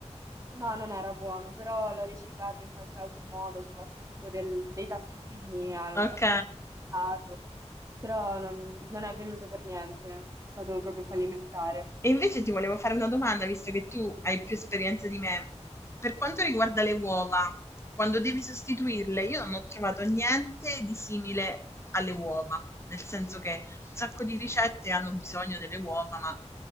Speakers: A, on the right; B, on the left.
A: No, non era buono, però l'ho riciclato in qualche altro modo, ci ho fatto tipo del- dei tartufini al
B: Ok.
A: al lato, però non, non è venuto per niente, è stato proprio fallimentare.
B: E invece
A: <laughs>
B: ti volevo fare una domanda, visto che tu hai più esperienza di me. Per quanto riguarda le uova, quando devi sostituirle, io non ho trovato niente di simile alle uova, nel senso che un sacco di ricette hanno bisogno delle uova, ma